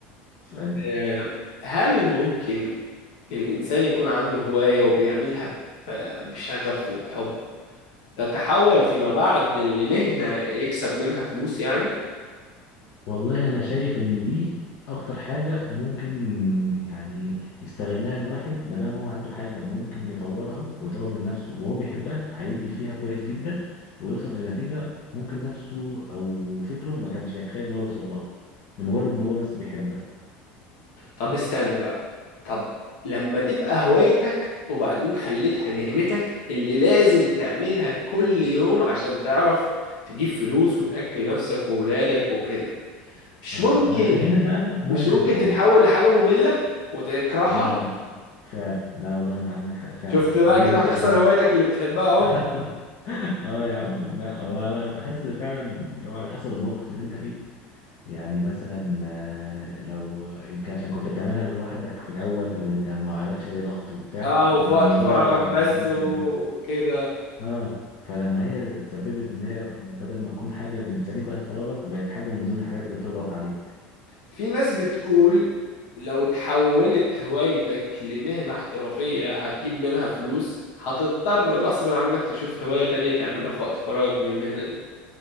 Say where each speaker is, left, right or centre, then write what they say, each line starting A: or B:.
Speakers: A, on the left; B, on the left.
A: سؤال
B: آه، هل ممكن الانسان يكون عنده هوايه وبيعملها ب- بشغف وبحب تتحول فيما بعد لمهنه يكسب منها فلوس يعني
A: والله انا شايف ان دي اكتر حاجة ممكن يعني يستغلها الواحد ما دام هو عنده حاجة ممكن يطورها ويطور من نفسه وهو بيحبها هيدي فيها كويس جدا ويوصل لنتيجة ممكن نفسه او فكره ما كانش يتخيل ان هو يوصل لها لمجرد ان هو بس بيحبها
B: طب استنى بقى طب لما تبقى هوايتك وبعدين خليتها مهنتك اللي لازم تعملها كل يوم عشان تعرف تجيب فلوس وتأكل نفسك وولادك وكده مش
A: آه
B: ممكن
A: لا فهنا بقى ممكن
B: مش ممكن
A: تتغير
B: تتحول لحاجة مملة وتكرهها
A: لا فعلا لا والله انت عندك حق فعلا
B: شفت بقى
A: ليه
B: كده
A: لان
B: هتخسر هوايتك اللي بتحبها اهو
A: <laughs> اه يا عم لا هو لا تحس فعلا اللي هو على حسب الموقف اللي انت فيه يعني مثلا آه، لو يمكن عشان كنت بتعملها لوحدك في الأول وأنت ما عليكش أي ضغط وبتاع
B: اه وفي
A: فكان
B: وقت
A: الموضوع
B: فراغك
A: بالنسبة
B: بس
A: لك
B: وكده
A: لذيذ اه فلما هي اتسببت إن هي بدل ما تكون حاجة اللي بتسليك وقت فراغك بقت حاجة من ضمن الحاجات اللي بتضغط عليك
B: في ناس بتقول لو اتحولت هوايتك لمهنة احترافية هتجيب منها فلوس هتضطر غصب عنك تشوف هواية تانية تعملها في وقت فراغك من المهنة دي